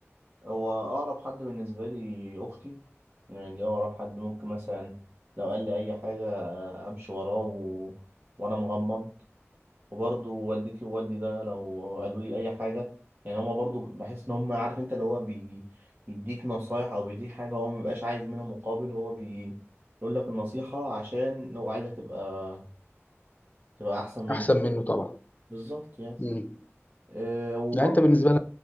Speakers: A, on the right; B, on the left.
A: هو اقرب حد بالنسبه لي اختي يعني دي اقرب حد ممكن مثلا لو قال لي اي حاجه آه، امشي وراه و... وانا مغمض وبرضه والدتي ووالدي ده لو قالوا لي اي حاجه يعني هما برضه بحس ان هما عارف انت اللي هو بيديك نصايح او بيديك حاجه هو مبيبقاش عايز منها مقابل هو بيقول لك النصيحه عشان هو عايزك تبقى تبقى احسن منه
B: احسن منه طبعا
A: بالظبط يعني
B: مم.
A: أه وبرضه
B: يعني انت بالنسبة لك